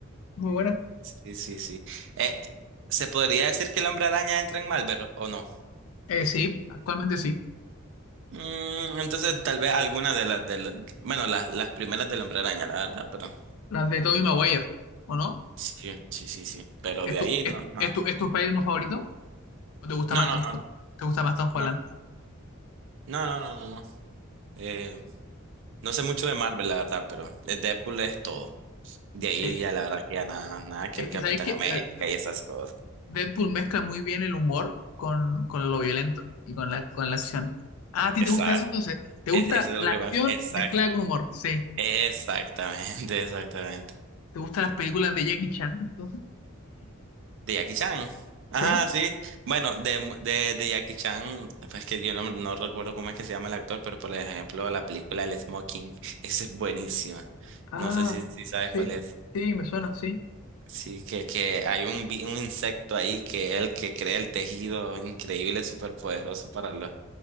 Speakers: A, on the left (about 80°); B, on the right (about 60°).
A: muy buena.
B: sí, sí, sí. Eh, ¿se podría decir que el hombre araña entra en Marvel o no?
A: Eh, sí, actualmente sí.
B: Mm, entonces tal vez alguna de las, de la- bueno, las, las primeras del hombre araña, la verdad, pero
A: Las de Tobey Maguire, ¿o no?
B: sí, sí, sí, sí, pero
A: ¿Es
B: de
A: tu,
B: ahí
A: es,
B: no, no,
A: es tu, es tu Spider-Man favorito? ¿O te gusta
B: no,
A: más
B: no,
A: Tom,
B: no,
A: Holland? te gusta más Tom Holland?
B: no, no, no, no, no, no, no. Eh, no sé mucho de Marvel, la verdad, pero de Deadpool es todo. De ahí
A: Sí,
B: ya la verdad que ya nada, nada que
A: es
B: el
A: que
B: Capitán
A: sabéis que
B: América
A: eh,
B: y esas cosas.
A: Deadpool mezcla muy bien el humor con, con lo violento y con la, con la acción. Ah, ¿a ti
B: Exacto.
A: te gusta eso entonces? ¿Te
B: Es,
A: gusta
B: eso es
A: la
B: lo que
A: acción
B: pasa. Exacto.
A: mezclada con humor? Sí.
B: Exactamente, <laughs> exactamente.
A: ¿Te gustan las películas de Jackie Chan entonces?
B: De Jackie Chan. Ajá,
A: Sí.
B: sí. Bueno, de, mu- de, de Jackie Chan, pues que yo no, no recuerdo cómo es que se llama el actor, pero por ejemplo, la película El Smoking, esa es buenísima.
A: Ah,
B: No sé si, si sabes
A: sí,
B: cuál es.
A: sí, me suena, sí.
B: Sí, que, que hay un, vi- un insecto ahí que es el que crea el tejido increíble, súper poderoso para los,